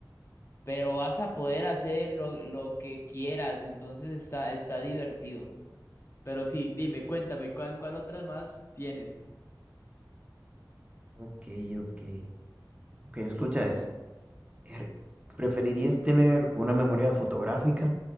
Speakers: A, on the left; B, on the right.
A: pero vas a poder hacer lo, lo que quieras, entonces está, está divertido. Pero sí, dime, cuéntame, ¿cuál, cuál otras más tienes?
B: ok, ok, ok, escucha esto. Er, ¿Preferirías tener una memoria fotográfica,